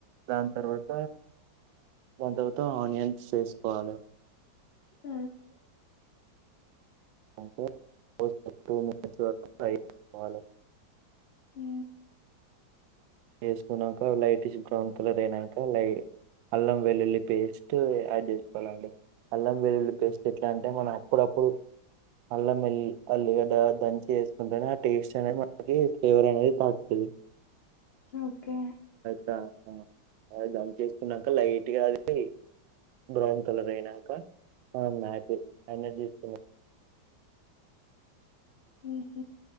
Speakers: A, on the right; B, on the left.
A: దాని తర్వాత దాని తర్వాత ఆనియన్స్ వేసుకోవాలి
B: ఊ
A: ఓ కే <unintelligible> అయ్యేంత వరకు ఫ్రై చేసుకోవాలి
B: హ్
A: వేసుకున్నాక లైటిష్ బ్రౌన్ కలర్ అయినాక లై అల్లం వెల్లుల్లి పేస్ట్ యాడ్ చేసుకోవాలండి అల్లం వెల్లుల్లి పేస్ట్ ఎట్లా అంటే మనం అప్పుడప్పుడు అల్లం ఎల్లిగడ్డ దంచి వేసుక్ కుంటనే ఆ టేస్ట్ అనేది మనకి ఫ్లేవర్ అనేది తాకుతది
B: ఓకే
A: ద ద ఆ దమ్ చేకున్నాక లైట్ గా అది బ్రౌన్ కలర్ అయినాక మనం మ్యాట్ అన్నదిసుకున్న
B: హుహ్